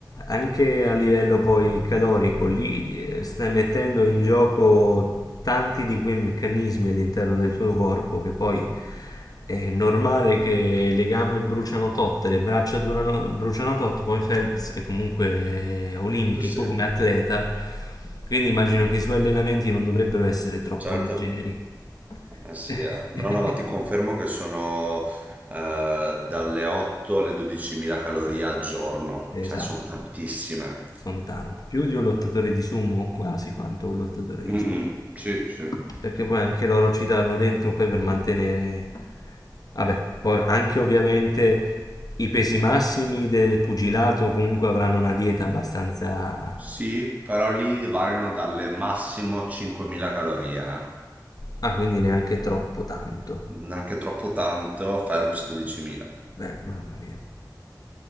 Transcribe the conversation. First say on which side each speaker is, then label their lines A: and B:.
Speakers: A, on the left; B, on the right.
A: anche a livello poi calorico lì eh, stai mettendo in gioco tanti di quei meccanismi all'interno del tuo corpo che poi è normale che le gambe bruciano tot, le braccia durano- bruciano tot, poi Phelps è comunque eh, olimpico
B: Sì, sì.
A: come atleta, quindi immagino che i suoi allenamenti non dovrebbero essere troppo
B: Certo.
A: leggeri.
B: Eh sì,
A: <laughs>
B: eh. No, no, ma ti confermo che sono eh, dalle 8 alle 12.000 calorie al giorno,
A: Esatto.
B: cioè sono tantissime.
A: Sono tanti, più di un lottatore di sumo, o quasi quanto un lottatore di
B: Mm, mm,
A: sumo.
B: sì, sì.
A: Perché poi anche loro ci danno dentro poi per mantenere... Vabbè, poi anche ovviamente i pesi massimi del pugilato comunque avranno una dieta abbastanza...
B: Sì, però lì variano dalle massimo 5.000 calorie, eh.
A: Ah, quindi neanche troppo tanto.
B: neanche troppo tanto, Phelps 12.000.
A: Eh, mamma mia.